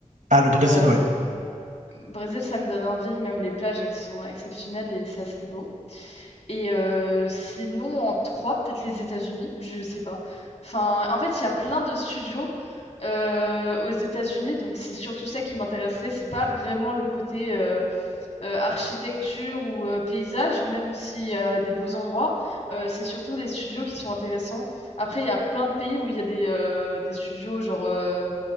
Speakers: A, on the right; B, on the left.
A: Ah, le Brésil,
B: Euh,
A: ouais.
B: Brésil, ça me donne envie, même les plages, elles sont exceptionnelles et c'est assez beau. Et euh, sinon, en trois, peut-être les États-Unis, je sais pas. Enfin, en fait, il y a plein de studios euh, aux États-Unis, donc c'est surtout ça qui m'intéresserait. C'est pas vraiment le côté. euh, euh, architecture ou euh, paysage, même s'il y a des beaux endroits, euh, c'est surtout les studios qui sont intéressants. Après, il y a plein de pays où il y a des, euh, des studios genre euh,